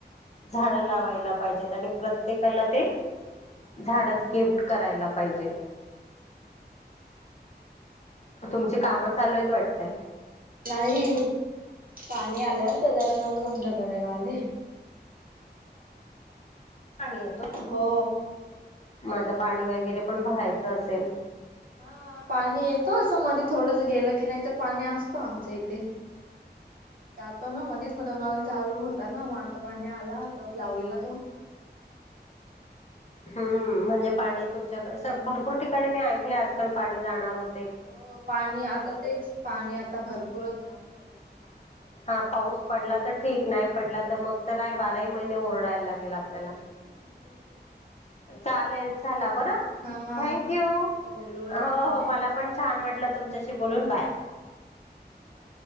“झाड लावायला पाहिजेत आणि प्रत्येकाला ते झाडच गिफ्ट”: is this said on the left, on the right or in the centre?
Left